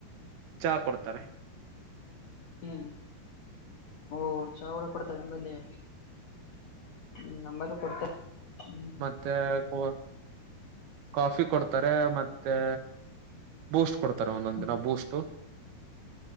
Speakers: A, on the right; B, on the left.
A: ಚಾ ಕೊಡ್ತಾರೆ.
B: ಹ್ಮ್ ಓ ಚಾ ಅವರ ಕೊಡ್ತಾರೆ ನಿಮ್ಮಲ್ಲಿ ಹ್ಮ್ ನಮ್ಮಲ್ಲಿ ಕೊಡ್ತೇ ಹ್ಮ್
A: ತ್ತ ಕುವ ಕಾಫಿ ಕೊಡ್ತಾರೆ ಮತ್ತೆ ಬೂಸ್ಟ್ ಕೊಡ್ತಾರೆ ಒಂದೊಂದ
B: ಹ್ಮ್
A: ದಿನ ಬೂಸ್ಟ್